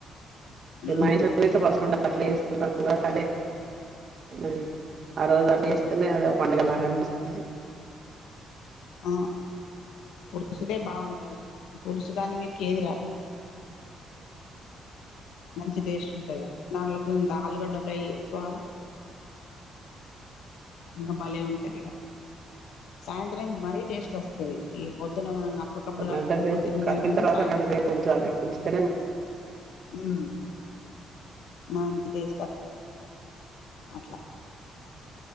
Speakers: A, on the right; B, on the left.
A: మా
B: ఉమ్,
A: ఇంట్లో అయితే ఫస్ట్ ఉండాలి <unintelligible> అట్లు తీసుకుంటాం కాబట్టి అది ఆ రోజు అట్లు చేస్తేనే అది ఒక పండుగలాగ అనిపిస్తుంది
B: ఆ పులుసుకే బాగుంటాయి పులుసు దాని మీ ఎది రాదు మంచి టేస్ట్ ఉంటుది దాంట్లో ఇంత ఆలుగడ్డ ఫ్రై చేసుకోవాలా ఇంకా భలే ఉంటది ఇక సాయంత్రం మరీ టేస్ట్ వస్తుది ఈ పొద్దున మనం అప్పటికప్పుడు
A: ఒక
B: కలుపుకొని
A: గంట సేపు
B: తిన్నదానికంటే
A: కడిగిన తర్వాత
B: సాయంత్రం
A: గంట సేపు అంట
B: ఉమ్, మంచి టేస్ట్ వస్తది అట్లా